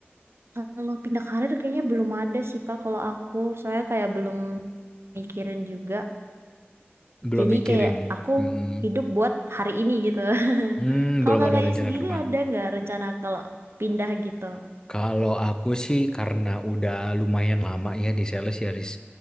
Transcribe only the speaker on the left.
Belum
mikirin.
Mm-mm. Hmm,
Hmm,
belum
ada rencana
ke depan.
Kalau aku sih karena udah lumayan lama ya di sales ya, Riz.